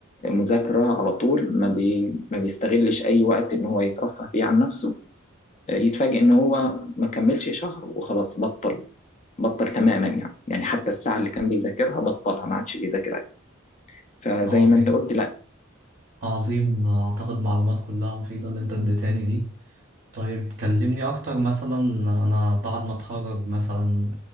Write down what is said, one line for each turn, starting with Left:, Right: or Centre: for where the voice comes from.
Left: آه، مذاكرة على طول ما, بي... ما بيستغلش أي وقت إن هو يترفه فيه عن نفسه آه، يتفاجئ إن هو ما كملش شهر وخلاص بطل بطل تماما يعني يعني حتى الساعة اللي كان بيذاكرها بطلها ما عادش بيذاكرها فزي
Right: عظيم
Left: ما أنت قلت لا
Right: عظيم اعتقد معلومات كلها مفيدة اللي انت اديتاني دي طيب كلمني اكتر مثلا انا بعد ما اتخرج مثلا